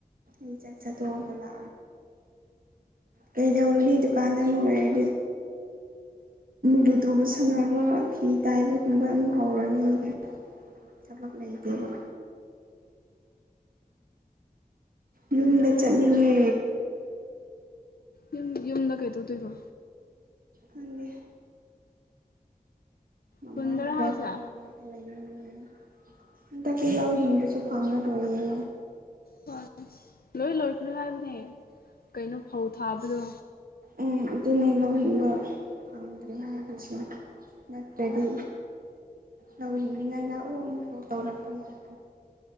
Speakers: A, on the right; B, on the left.
A: ꯏ ꯆꯁ ꯇ ꯀꯂ ꯀꯩ ꯗꯎꯔꯅꯤ ꯀꯥꯟꯗ ꯃꯡꯂ ꯍꯥꯏ ꯂꯨ ꯇꯨꯕ ꯁꯥꯟꯅꯕ ꯐꯤ ꯇꯥꯏꯕꯒꯨꯝꯕ ꯑꯗꯨꯝ ꯍꯧꯔꯅꯤ ꯑꯩꯗꯤ ꯆꯃ ꯂꯩꯗꯦꯕ ꯌꯨꯝꯗ ꯆꯠꯅꯤꯡꯉꯤ
B: ꯌꯨꯝ ꯌꯨꯝꯗ ꯀꯩꯗꯧꯗꯣꯏꯕ
A: ꯅꯪꯦ
B: ꯈꯨꯟꯗꯔ
A: ꯃꯃꯥ ꯕꯥ
B: ꯍꯥꯏꯁꯦ
A: ꯍꯅꯥ ꯄ ꯂꯩꯅ ꯍꯟꯗꯗꯤ ꯌꯥꯎꯁꯤꯡꯤꯡꯕꯁꯨ ꯐꯪꯉꯔꯣꯏꯌꯦ
B: ꯍꯣꯏ ꯂꯣꯏ ꯂꯣꯏꯈ꯭ꯔꯦ ꯍꯥꯏꯕꯅꯦ ꯀꯩꯅꯣ ꯐꯧ ꯊꯥꯕꯗꯣ
A: ꯎꯝ ꯑꯗꯨꯅꯦ ꯂꯧ ꯍꯤꯡꯕ ꯐꯪꯗ꯭ꯔꯦ ꯍꯥꯏꯔꯤꯁꯦ ꯅꯠꯇ꯭ꯔꯗꯤ ꯂꯧꯏꯅꯤꯅ ꯂꯥꯛꯑꯣ ꯑꯃꯨꯛꯐꯥꯎ ꯇꯧꯔꯛꯄ ꯌꯥꯔ